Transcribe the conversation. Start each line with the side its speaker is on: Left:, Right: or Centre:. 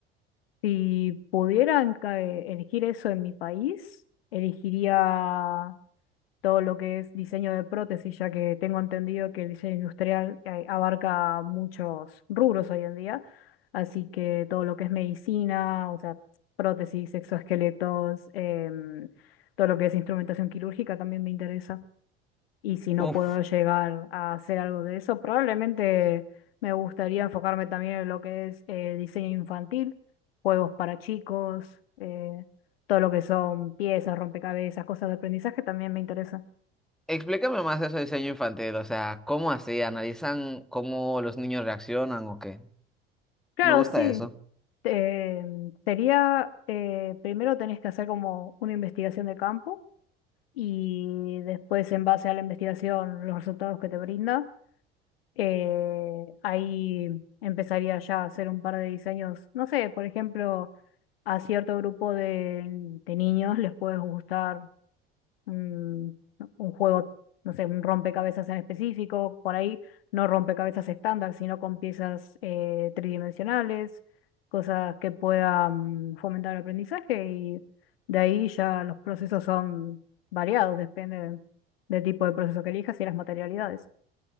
Left: Si pudieran elegir eso en mi país, elegiría todo lo que es diseño de prótesis, ya que tengo entendido que el diseño industrial eh, abarca muchos rubros hoy en día, así que todo lo que es medicina, o sea, prótesis, exoesqueletos, em, todo lo que es instrumentación quirúrgica también me interesa. Y si no
Centre: Uf,
Left: puedo llegar a hacer algo de eso, probablemente me gustaría enfocarme también en lo que es eh, diseño infantil, juegos para chicos, eh, todo lo que son piezas, rompecabezas, cosas de aprendizaje también me interesa.
Centre: explícame más eso de diseño infantil, o sea, ¿cómo así? ¿Analizan cómo los niños reaccionan o qué?
Left: Claro,
Centre: Me gusta
Left: sí.
Centre: eso.
Left: eh, sería, eh, primero tenés que hacer como una investigación de campo y después en base a la investigación los resultados que te brinda Eh, ahí empezaría ya a hacer un par de diseños, no sé, por ejemplo, a cierto grupo de, de niños les puede gustar un, un juego, no sé, un rompecabezas en específico, por ahí no rompecabezas estándar, sino con piezas eh, tridimensionales, cosas que puedan fomentar el aprendizaje y de ahí ya los procesos son variados, depende del tipo de proceso que elijas y las materialidades.